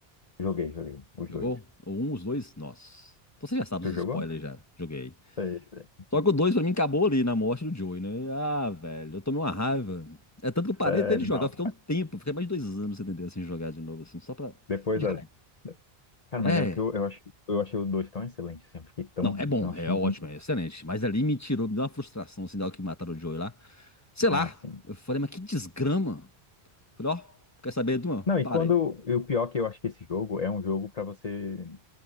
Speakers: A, on the left; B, on the left.
A: Joguei, joguei, os
B: Jogou?
A: dois.
B: Ou um, os dois? Nossa. Então você já sabe
A: Tu
B: os
A: jogou?
B: spoilers já. Joguei.
A: Sei, sei.
B: Só que o 2 pra mim acabou ali na morte do Joey, né? Ah, velho, eu tomei uma raiva. É tanto que eu parei
A: Sério,
B: até de jogar,
A: não.
B: eu fiquei um tempo, fiquei mais de dois anos sem entender assim jogar de novo, assim, só pra.
A: Depois
B: Só de
A: da.
B: raiva.
A: da- Cara,
B: É.
A: mas é porque eu, eu achei, eu achei os dois tão excelentes, assim, eu fiquei tão.
B: Não, é bom,
A: Eu achei
B: é ótimo,
A: muito.
B: é excelente. Mas ali me tirou, me deu uma frustração, assim, da hora que mataram o Joey lá. Sei
A: Ah,
B: lá.
A: sim.
B: Eu falei, mas que desgrama. Falei, ó, quer saber, Duan?
A: Não, e
B: Parei.
A: quando. E o pior é que eu acho que esse jogo é um jogo pra você.